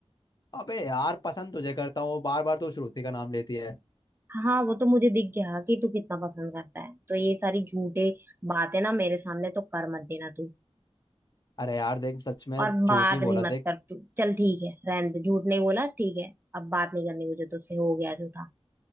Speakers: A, on the left; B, on the right.
A: अबे यार पसंद तुझे करता हूँ बार बार तू श्रुति का नाम लेती है
B: हाँ हाँ, वो तो मुझे दिख गया कि तू कितना पसंद करता है तो ये सारी झूठे बातें ना मेरे सामने तो कर मत देना तू
A: अरे यार देख सच में
B: और
A: झूठ
B: बात
A: नहीं बोला
B: भी मत
A: देख
B: कर तू चल ठीक है रहने दे झूठ नहीं बोला ठीक है अब बात नहीं करनी मुझे तुझसे हो गया जो था